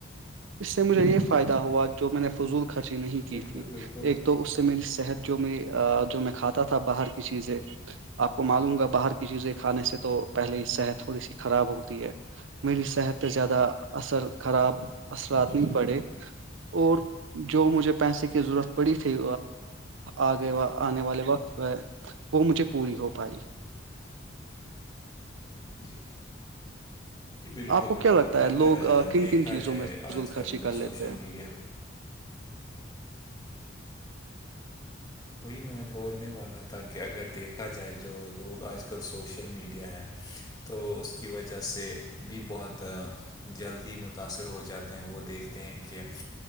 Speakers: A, on the right; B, on the left.
A: اس سے مجھے یہ فائدہ
B: جی
A: ہوا جو میں نے فضول خرچی نہیں کی
B: بالکل
A: تھی
B: بالکل
A: ایک تو اس میری صحت جو میں جو میں کھاتا تھا باہر کی چیزیں آپ کو معلوم گا باہر کی چیزیں کھانے سے تو پہلے صحت تھوڑی سی خراب ہوتی ہے میری صحت پہ زیادہ اثر خراب اثرات
B: جی
A: نہیں پڑے اور جو مجھے پیسے کی ضرورت پڑی تھی آگے آنے والے وقت پہ وہ مجھے پوری ہو پائی
B: جی جی بالکل
A: آپ کو
B: بالکل
A: کیا لگتا ہے
B: اگر
A: لوگ کن
B: دیکھا
A: کن چیزوں
B: جائے
A: میں فضول
B: آج
A: خرچی
B: کل
A: کر
B: جو
A: لیتے
B: سوشل
A: ہیں
B: میڈیا وہی میں بولنے والا تھا کہ اگر دیکھا جائے جو لوگ آج کل سوشل میڈیا ہے تو اس کی وجہ سے بھی بہت جلدی متاثر ہو جاتے ہیں وہ دیکھتے ہیں کہ